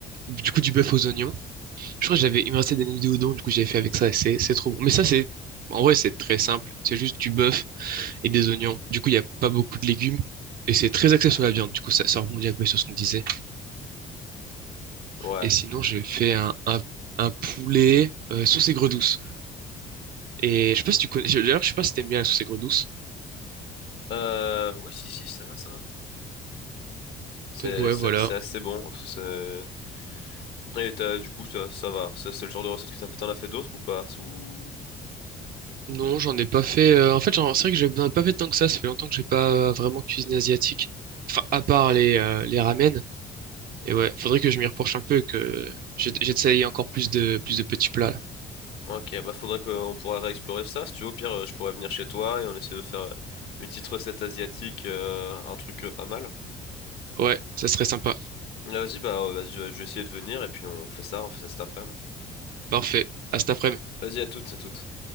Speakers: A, on the right (about 60°); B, on the left (about 75°).
A: du coup, du bœuf aux oignons. Je crois que j'avais, il me restait des nouilles de udon, du coup j'avais fait avec ça et c'est, c'est trop bon. Mais ça, c'est, en vrai, c'est très simple. C'est juste du bœuf et des oignons. Du coup, il n'y a pas beaucoup de légumes et c'est très axé sur la viande. Du coup, ça, ça rebondit un peu sur ce qu'on disait.
B: Ouais.
A: Et sinon, j'ai fait un, un, un poulet euh, sauce aigre douce. Et je sais pas si tu connais, d'ailleurs, je sais pas si t'aimes bien la sauce aigre douce.
B: Euh, oui, si, si, ça va, ça va. C'est,
A: Donc ouais,
B: c'est,
A: voilà.
B: c'est assez bon. parce que c'est- Et t'as, du coup, ça, ça va. Ça, c'est le genre de recette que t'as fait. T'en as fait d'autres ou pas? Ou...
A: Non, j'en ai pas fait. euh, en fait, j'en- c'est vrai que j'en ai pas fait tant que ça. Ça fait longtemps que j'ai pas euh, vraiment cuisiné asiatique. Enfin, à part les, euh, les ramen. Et ouais, faudrait que je m'y reproche un peu, que j'ai- j'essaye encore plus de, plus de petits plats, là.
B: Ok, bah faudrait qu'on pourra réexplorer ça. Si tu veux, au pire, euh, je pourrais venir chez toi et on essaie de faire euh, une petite recette asiatique, euh, un truc euh, pas mal.
A: Ouais, ça serait sympa.
B: Ah, Vas-y, bah euh, vas-y, euh, je vais essayer de venir et puis on fait ça, on fait ça cet après-midi.
A: Parfait. À cet après-midi.
B: Vas-y, à toutes, à toutes.